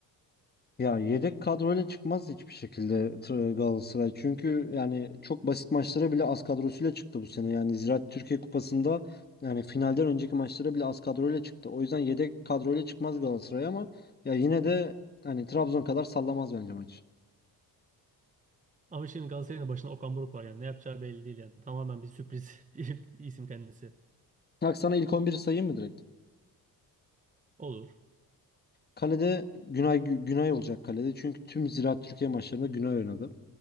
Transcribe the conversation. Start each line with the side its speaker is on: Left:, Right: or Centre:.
Left: Ya yedek kadroyla çıkmaz hiçbir şekilde Tra- Galatasaray. Çünkü yani çok basit maçlara bile az kadrosuyla çıktı bu sene. Yani Ziraat Türkiye Kupası'nda yani finalden önceki maçlara bile az kadroyla çıktı. O yüzden yedek kadroyla çıkmaz Galatasaray ama ya yine de hani Trabzon kadar sallamaz bence maç.
Right: Ama şimdi Galatasaray'ın da başında Okan Buruk var yani ne yapacağı belli değil yani. Tamamen bir sürpriz <laughs> bir isim kendisi.
Left: Bak sana ilk on biri sayayım mı direkt?
Right: Olur.
Left: Kalede Günay Günay olacak kalede. Çünkü tüm Ziraat Türkiye maçlarında Günay oynadı.